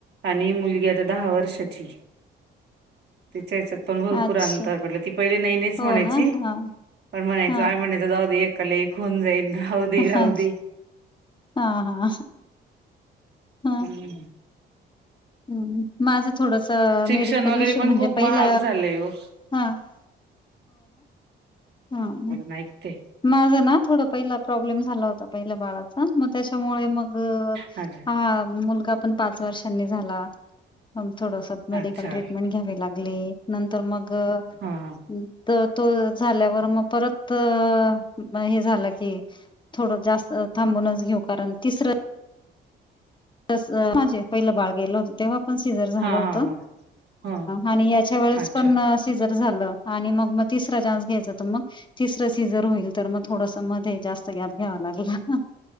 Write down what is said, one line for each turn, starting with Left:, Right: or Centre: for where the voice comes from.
Right: आणि मुलगी आता दहा वर्षाची- तिच्या याच्यात पण भरपूर
Left: अच्छा
Right: अंतर पडलं, ती पहिले नाही नाहीच
Left: हो
Right: म्हणायची
Left: ना हा
Right: पण म्हणायचो
Left: हा
Right: आम्ही म्हणा - जाऊदे एकाला एक होऊन जाईल. राहू दे
Left: हा
Right: राहू
Left: हा
Right: दे.
Left: हा हा
Right: हम्म.
Left: हम माझं थोडस
Right: शिक्षण
Left: मेडिकल
Right: वगैरे
Left: इशू
Right: पण
Left: म्हणजे
Right: खूप
Left: पहिल
Right: महाग झालंय ओ
Left: हा - हम
Right: एकते.
Left: माझं ना थोडं पहिला प्रॉब्लेम झाला होता पहिल्या बाळाचा मग त्याच्यामुळे मग-
Right: अच्छा
Left: हा मुलगा पण पाच वर्षांनी झाला, मग थोडस- मेडिकल
Right: अच्छा
Left: ट्रीटमेंट घ्यावी लागली, नंतर मग-
Right: हा
Left: तर तो झाल्यावर मग परत हे झालं की- थोडं जास्त थांबूनच घेऊ कारण तिसरं- <unintelligible> पहिलं बाळ गेल होत तेव्हा- पण सिजर झालं
Right: हा
Left: होत,
Right: हा हा
Left: आणि याच्या वेळेस
Right: अच्छा
Left: पण सिजर झालं. आणि मग म तिसरा घ्यायचा होता मग- तिसरं सीजर होईल तर मग थोडस मध्ये जास्त गॅप घ्यावा लागला.